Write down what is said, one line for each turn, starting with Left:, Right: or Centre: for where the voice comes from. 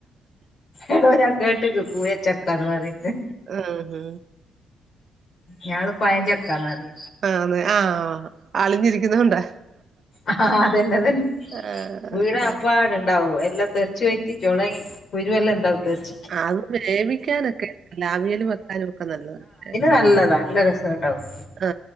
Left: എടോ ഞാൻ കേട്ടിക്ക് പുയെചക്കാന്ന് പറയ്‌ന്ന
Right: ആഹ് ഹ്
Left: ഞാള് പയഞ്ചക്കന്നറിയ
Right: ആന്ന് ആഹ് അളിഞ്ഞിരിക്കുന്നോണ്ടാ
Left: ആ അതന്നെ അതന്നെ
Right: ആഹ്
Left: വീണാപ്പാടെ
Right: ഞ
Left: ഉണ്ടാവും എല്ലാം തെറിച്ച് പോയിട്ട് ചൊളി കുരുവല്ലാം ഉണ്ടാവോ തെർച്ച്
Right: അത് വേവിക്കാനൊക്കെ ലാവിയല് വെക്കാനൊക്കെ നല്ലതാണ്
Left: നല്ലത നല്ലരസ വേ ണ്ടാവും
Right: ആ